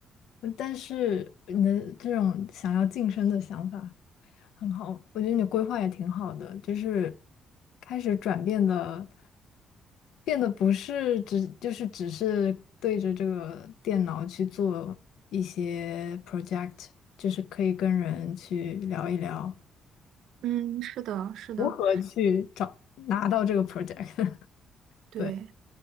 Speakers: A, on the left; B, on the right.
A: 嗯但是你的这种想要晋升的想法。很好，我觉得你规划也挺好的，就是开始转变的，变得不是只就是只是对着这个电脑去做一些 project，就是可以跟人去聊一聊
B: 嗯，是的，是的，
A: 如何去找拿到这个 project。<laughs>
B: 对。
A: 对，